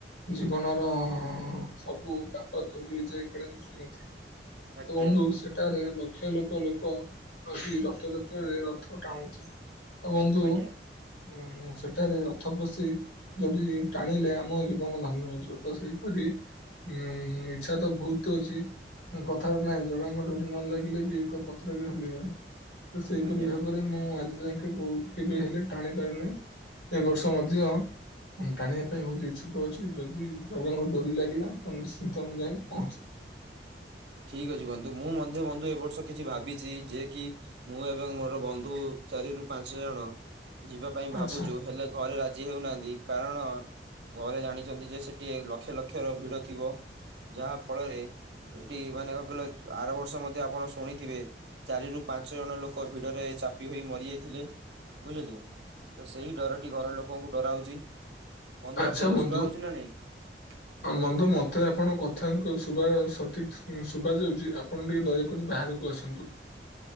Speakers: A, on the left (about 85°); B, on the right (about 75°).
A: ଜୀବନର ସବୁ ପାପ ଧୋଇଯାଇ କାଳେ ମୁଁ ଶୁଣିଥିଲି। ତ
B: ଆଜ୍ଞା
A: ବନ୍ଧୁ ସେଟାରେ ଲ ଲକ୍ଷ ଲୋକ ଲୋକ ଆସି ରଥଯାତ୍ରାରେ ରଥ ଟାଣୁଥିବେ। ତ ବନ୍ଧୁ
B: ଆଜ୍ଞା
A: ଉ ସେଠାରେ ରଥ ପଶି ଯଦି ଟାଣିଲେ ଆମ ଜୀବନ ଧନ୍ୟ ହେଇଯିବ। ତ ସେଇପରି ଉଁ ଇଚ୍ଛା ତ ବହୁତ ଅଛି। କଥାଟା ନାଇଁ ଜଗାଙ୍କ ଡୋରି ନ ଲାଗିଲେ ବି ଏକ ପଥର ବି ହଲିବନି। ତ ସେଇପରି
B: ଆଜ୍ଞା।
A: ଭାବରେ ମୁଁ ଆଜି ଯାଇ କେବୁ କେବେ ହେଲେ ଟାଣି ପାରନି ଏ ବର୍ଷ ମଧ୍ୟ ମୁଁ ଟାଣିବା ପାଇଁ ବହୁତ ଇଚ୍ଛୁକ ଅଛି ଯଦି ଭଗବାନଙ୍କ ଡୋରି ଲାଗିଲା ତ ନିଶ୍ଚିନ୍ତ ମୁଁ ଯାଇ ପହଞ୍ଚିବି।
B: ଠିକ ଅଛି ବନ୍ଧୁ ମୁଁ ମଧ୍ୟ ବନ୍ଧୁ ଏ ବର୍ଷ କିଛି ଭାବିଛି ଯେ କି ମୁଁ ଏବଂ ମୋର ବନ୍ଧୁ ଚାରି ରୁ ପାଞ୍ଚ ଜଣ ଯିବା ପାଇଁ ଭାବୁଛୁ
A: ଆଚ୍ଛା
B: ହେଲେ ଘରେ ରା ରାଜି ହେଉନାହାନ୍ତି କାରଣ ଘରେ ଜାଣିଛନ୍ତି ଯେ ସେଠିଏ ଲକ୍ଷ ଲକ୍ଷ ର ଭିଡ ଥିବ ଯାହା ଫଳରେ ଏଠି ମାନେ କଣ କହିଲ ଆର ବର୍ଷ ମଧ୍ୟ ଆପଣ ଶୁଣିଥିବେ ଚାରି ରୁ ପାଞ୍ଚ ଜଣ ଲୋକ ଭିଡରେ ଚାପି ହୋଇ ମରିଯାଇଥିଲେ ବୁଝିଲେ। ତ ସେଇ ଡରଟି ଘର ଲୋକଙ୍କୁ ଡରାଉଛି। ବନ୍ଧୁ
A: ଆଚ୍ଛା
B: ଆପଣଙ୍କୁ
A: ବନ୍ଧୁ।
B: ଶୁଭା ହଉଛି <inaudible>
A: ହଁ ବନ୍ଧୁ ମତେ ଆପଣଙ୍କ କଥା ଙ୍କ ଶୁଭାଯାଉଛି ସଠିକ ଶୁ ଶୁଭା ଯାଉଛି ଆପଣ ଟିକେ ଦୟା କରୀ ବାହାରକୁ ଆସନ୍ତୁ।